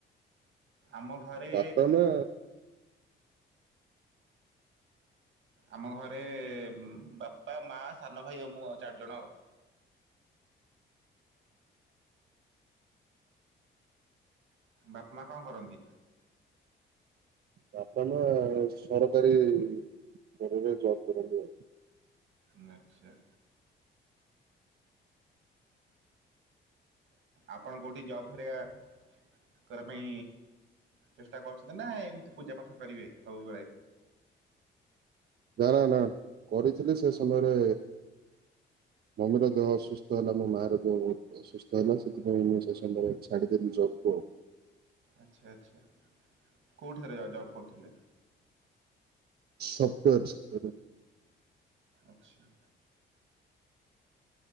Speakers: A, on the right (about 75°); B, on the right (about 55°).
A: ଆମ ଘରେ
B: ବାପା ମା
A: ଆମ ଘରେ ବାପା, ମା, ସାନ ଭାଇ ଆଉ ମୁଁ ଆଉ ଚାରିଜଣ ଆଉ। ବାପ୍, ମା କଣ କରନ୍ତି?
B: ବାପା, ମା ସରକାରୀ ସ୍ତରରେ ଜବ୍ କରନ୍ତି ଆଉ।
A: ନା ଚା ଆପଣ କୋଉଠି ଜବ୍ ହରିକା କରିବା ପାଇଁ ଚେଷ୍ଟା କରୁଛନ୍ତି ନା ଏମିତି ପୂଜା ପାଠ କରିବେ ସବୁବେଳେ?
B: ନା-ନା-ନା କରିଥିଲି ସେ ସମୟରେ ମମିର ଦେହ ଅସୁସ୍ଥ ହେଲା ମୋ ମା ର ଦେହ ବହୁତ୍ ଅସୁସ୍ଥ ହେଲା ସେଥିପାଇଁ ମୁଁ ସେ ସମୟରେ ଛାଡିଡେଲି ଜବ୍ କୁ ଆଉ।
A: ଆଚ୍ଛା-ଆଚ୍ଛା କୋଉଠାରେ ଏକା ଜବ୍ କରୁଥିଲେ?
B: ସଫ୍ଟୱୋର <unintelligible>
A: ଆଚ୍ଛା।